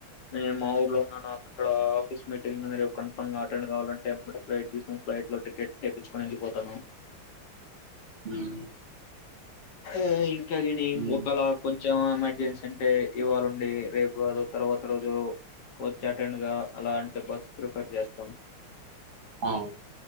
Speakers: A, on the left; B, on the right.
A: నేను మా ఊర్లో ఉన్నాను <inaudible> ఆఫీస్ మీటింగ్ మీరు కన్ఫామ్ గా అటెండ్ కావాలంటే ఫ్లైట్ తీసుకుని ఫ్లైట్ లో టికెట్ తెప్పిచ్చుకొని వెళ్ళిపోతాను
B: ఉమ్
A: హూ ఇంక గీని
B: ఉమ్,
A: ఒకలా కొం చెం ఎమర్జెన్సీ అంటే ఇవాళుండి రేపు కాదు తర్వాత రోజు వచ్చి అటెండ్ గా అలా అంటే బస్ ప్రిఫర్ చేస్తాం
B: ఔ